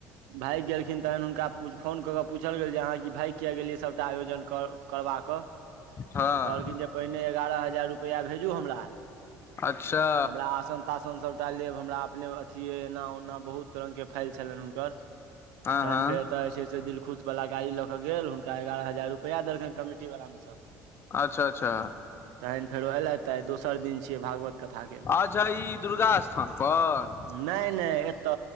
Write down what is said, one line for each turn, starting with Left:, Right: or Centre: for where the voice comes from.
Right: भागि गेलखिन तखन हुनका फोन कऽ कऽ पूछल गेल जे अहाँ कि भागि किया गेलियै सभटा आयोजन कर करबाक क
Left: हँ
Right: तऽ कहलखिन जे पहिने एगारह हजार रुपआ भेजू हमरा
Left: अच्छा
Right: हमरा आसन। शाशन सभटा लेब हमरा अपने अथी एना ओना बहुत रंग के फाइल छलनि हुनकर।
Left: हँ
Right: न
Left: हँ
Right: फेरता ह ऐसे दिल खुद वला गाड़ी लऽ के गेल हुनका एगारह हजार रुपैआ देलखनि कमिटी वालला मे सभ
Left: अच्छा अच्छा।
Right: तहन फेरो एयलथि त आ दोसर दिन छियै भागवत। कथा के नहि
Left: अच्छा ई दुर्गा स्थान पर
Right: नहि एत